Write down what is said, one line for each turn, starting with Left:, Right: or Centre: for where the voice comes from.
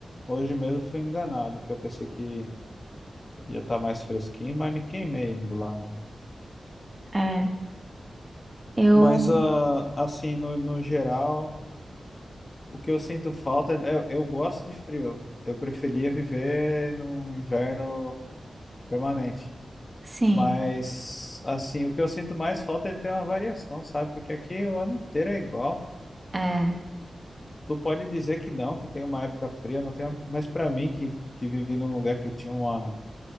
Left: hoje mesmo fui enganado, que eu pensei que ia estar mais fresquinho, mas me queimei indo lá, né?
Right: É, eu,
Left: Mas, ah, assim, no, no geral, o que eu sinto falta, é, eu, eu gosto de frio. Eu preferia viver num inverno permanente.
Right: sim,
Left: Mas, assim, o que eu sinto mais falta é de ter uma variação, sabe? Porque aqui o ano inteiro é igual.
Right: é,
Left: Tu pode dizer que não, que tem uma época fria, não tem, uma- mas para mim, que, que vivi num lugar que tinha uma